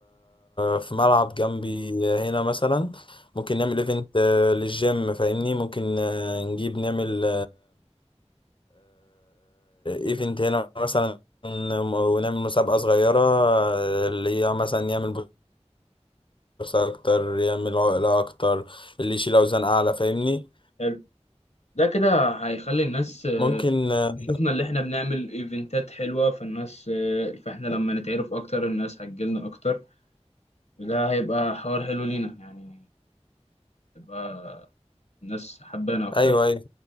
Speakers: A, on the left (about 45°); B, on the left (about 80°).
A: في ملعب جنبي هنا مثلا ممكن نعمل ايفنت للجيم فاهمني ممكن آه، نجيب نعمل ايفنت هنا مثلا ونعمل مسابقة صغيرة آه، اللي هي مثلا يعمل بوكس اكتر يعمل عقلة اكتر اللي يشيل اوزان اعلى فاهمني
B: حلو ده كده هيخلي الناس آه،
A: ممكن آه،
B: تشوفنا اللي احنا بنعمل ايفنتات حلوة فالناس آه، فاحنا لما نتعرف اكتر الناس هتجيلنا اكتر وده هيبقى حوار حلو لينا يعني تبقى الناس حبانا اكتر
A: ايوه ايوه